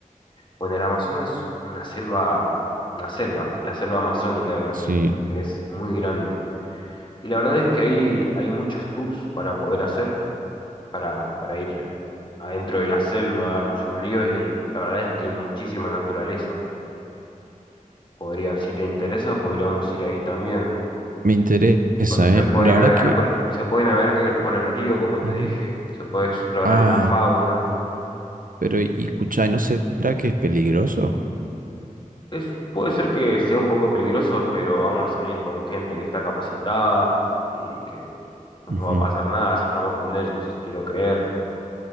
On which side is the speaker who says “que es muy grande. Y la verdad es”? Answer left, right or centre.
Left